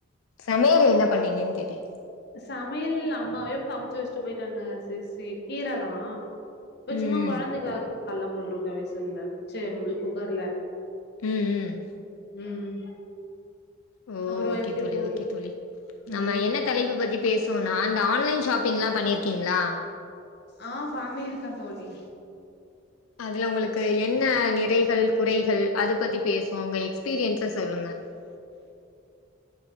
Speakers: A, on the left; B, on the left.
A: சமையல என்ன பண்ணீங்கன் கேட்டே
B: சமையல் அம்மாவே சமைச்சு வச்சுட்டு போயிட்டாங்க சே சே கீரதா இப்ப
A: ம்
B: சும்மா கொழந்தைக்கா கல்ல போட்ருக்கோ விசல்ல சே குக்கர்ல
A: ம் ம்
B: ம்
A: ஓ
B: அப்புறோ
A: ஓகே
B: எப்டி
A: தோழி
B: போ
A: ஓகே தோழி
B: ம்
A: நம்ம என்ன தலைப்பு பத்தி பேசுவோ நா இந்த ஆன்லைன் ஷாப்பிங்லா பண்ணிருக்கீங்களா
B: ஆ பண்ணிருக்கே தோழி
A: அதுல உங்களுக்கு என் ஆ நிறைகள் குறைகள் அது பத்தி பேஸ் ஒங்க எக்ஸ்பீரியன்ஸ்ஸ சொல்லுங்க